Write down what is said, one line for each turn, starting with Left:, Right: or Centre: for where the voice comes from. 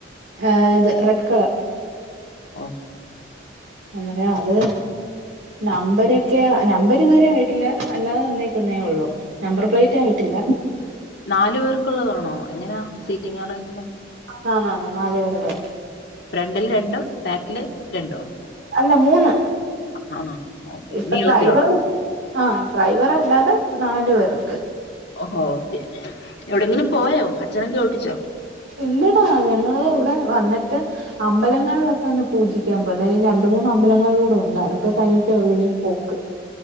Right: ആഹ് ഇത് റെഡ് കളർ
Left: ഓ
Right: അന്നേരം അത് നമ്പരൊക്കെ നമ്പ ട്ടിതുവരെ ആയിട്ടില്ല അല്ലാതെ തന്നേക്കുന്നേ ഉള്ളൂ നമ്പർ പ്ലേറ്റ് ആയിട്ടില്ല
Left: നാലു പേർക്കുള്ളതാണോ എങ്ങനാ സീറ്റിംഗ് അറേഞ്ച്മെന്റ്
Right: ആണ് ന്നാന്നാണ് നാല് പേരുടെ
Left: ഫ്രണ്ടില് രണ്ടും ബാക്കില് രണ്ടോ
Right: അല്ല മൂന്ന്
Left: ആഹ് ഓക്കെ
Right: ഇപ്പൊ
Left: നീളത്തിലുള്ള
Right: ഡ്രൈവർ ആഹ് ഡ്രൈവർ അല്ലാതെ നാല്ലൂ പേർക്ക്
Left: ഓഹോ ഓക്കേ എവിടെങ്കിലും പോയോ അച്ഛനൊക്കെ ഓട്ടിച്ചോ
Right: ഇല്ലടാ ഞങ്ങള് ഇവിടെ വന്നിട്ട് അമ്പലങ്ങളിലൊക്കെ ഒന്ന് പൂജിക്കാൻ പോാല രണ്ട മൂന്ന് അമ്പലങ്ങളിലൂടെ ഉണ്ട് അതൊക്കെ കഴിഞ്ഞിട്ട് ഉള്ളിനി പോക്ക്